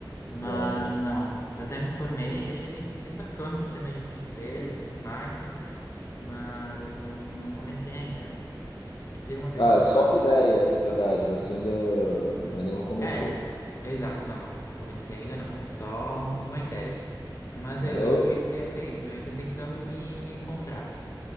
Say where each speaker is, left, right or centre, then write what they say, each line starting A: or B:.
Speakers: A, on the left; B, on the left.
A: mas
B: não mas.
A: não. Eu até me informei, achei bem, bem bacana o sistema de ensino deles e tudo mais, mas eu não, não comecei ainda. Dei uma pesquisada,
B: Ah, é só
A: umas
B: uma ideia,
A: pe-
B: na verdade. Você ainda, ainda não começou.
A: É, exato, não, não, não comecei ainda não, é só uma ideia. Mas
B: É,
A: eu,
B: eu,
A: eu- por
B: eu,
A: isso que é, é isso, ainda tentando me, me encontrar.